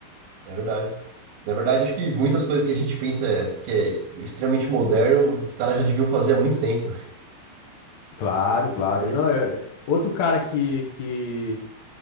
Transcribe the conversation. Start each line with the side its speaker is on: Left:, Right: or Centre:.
Right: é verdade. Na verdade, acho que muitas coisas que a gente pensa que é extremamente moderno, os caras já deviam fazer há muito tempo.
Left: Claro, claro.
Right: É
Left: Não, eu- outro cara que, que